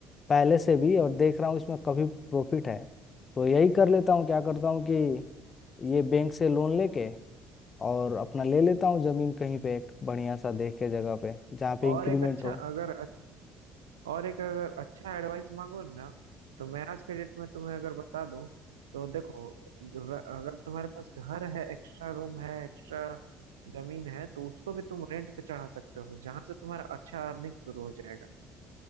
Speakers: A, on the left; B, on the right.
A: पहले से भी और देख रहा हूँ इसमें काफी प्रॉफिट है तो यही कर लेता हूँ क्या करता हूँ कि ये बैंक से लोन लेके और अपना ले लेता हूँ जमीन कहीं पे एक बढ़िया सा देख के जगह पे जहाँ पे
B: और
A: इंक्रीमेंट
B: एक अच्छा
A: हो
B: अगर और एक अगर अच्छा एडवाइस मांगो ना तो मैं आज के डेट में तुम्हें अगर बता दूं तो देखो र- अगर तुम्हारे पास घर है एक्स्ट्रा रूम है एक्स्ट्रा जमीन है तो उसको भी तुम रेंट पे चढ़ा सकते हो जहां से तुम्हारा अच्छा अर्निंग शुरू हो जाएगा